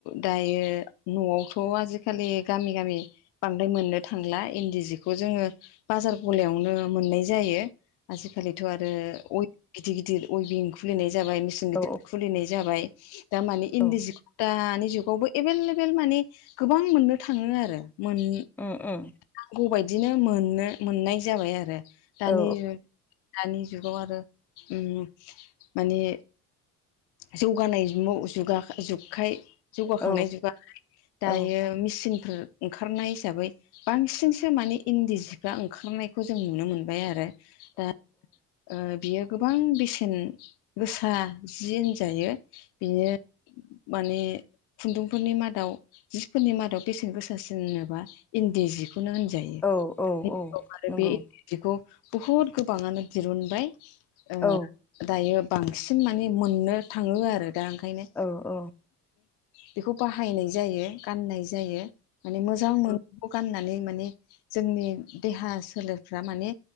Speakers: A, on the left (about 55°); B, in the centre.
A: दायो न'आवथ' आजिखालि गामि - गामि बांद्राय मोननो थांला इन्दि जिखौ जोङो बाजार गलायावनो मोननाय जायो आजिखालिथ' आरो गिदिर -गिदिर अइबिं खुलिनाय जाबाय मेसेन
B: औ
A: गिदिर खुलिनाय जाबाय। दामानि इन्दि
B: औ
A: जि दानि जुगावबो एभेललेबोेल माने गोबां मोननो थाङो आरो मोन
B: ओ - ओ।
A: नांगौबायदिनो मोननो मोननाय जाबाय आरो दानि
B: औ
A: दानि जुगाव आरो उम माने जौगानाय जुगाखाय जौगाखांनाय
B: औ
A: जुगाय दायो
B: औ
A: मेसिन फोर ओंखारनाय हिसाबै बांसिनसो माने इन्दि सिफ्रा ओंखारनायखौ जों नुनो मोनबाय आरो। दा ओ बियो गोबां बेसेन गोसा जि होनजायो बियो माने खुन्दुंफोरनि मादाव जिफोरनि मादाव बेसेन गोसासिनबा इन्दि जिखौ बेनो होनजायो
B: औ औ औ
A: आरो
B: नंगौ
A: बे‌ <unintelligible> बुहुद गोबाङानो दिरुनबाय ओ‌
B: औ
A: दायो बांसिन मान माने‌ मोननो थाङो आरो दा ओंखायनो
B: औ औ
A: बेखौ बाहायनाय जायो गाननाय जायो माने मोजां मोनो बेखौ गाननानै माने जोंनि देहा सोलेरफ्रा माने